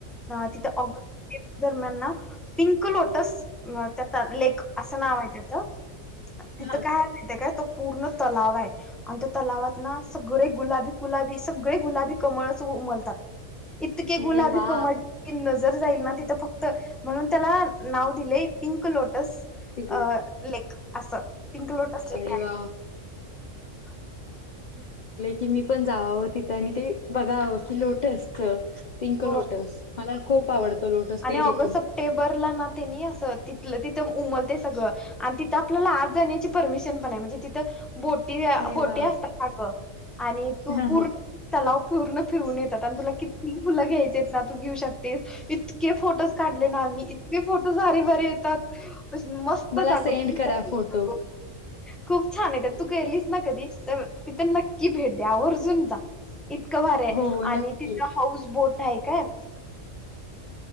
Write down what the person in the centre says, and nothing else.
हा तिथं ऑ दरम्यान ना पिंक लोट तस्स अ त्यात लेख असं नाव आहे त्याचं. तिथं
काय हाय माहिताय काय तो पूर्ण तलाव आहे. आणि त्या तलावात ना सगळे गुलाबी गुलाबी सगळे गुलाबी कमळच उमलतात, इतके
गुलाबी
कमळ की नज जाईल ना तिथं फक्त, म्हणून त्याला नाव दिलंय पिंक लोटस.
अ लेक असं, पिंक लोटस लेक
आहे.
<unintelligible>
हो
आणि
ऑगस्ट
सप्टेंबरला ना तेनी अस तिथल तिथं उमलं ते सगळं आणि तिथ आपल्याला आत जाण्याची परमिशन पण आहे म्हणजे तिथं, बोटी, अ
बोटी
असतात अगं आणि तू
पूर्ण
तलाव पूर्ण फिरून येत जाताना तुला किती तुला घ्यायचे ना तू घेऊ शकतेस इतके फोटोज काढले ना आम्ही, इतके फो भारी भारी येतात मस्त
अग
<unintelligible> खूप छान आहे. तू गेलीस ना कधी तर तिथं नक्की भेट द्या आवर्जून जा. इतकं भारी आहे.
आणि तिथलं हाऊस पोट हाय काय?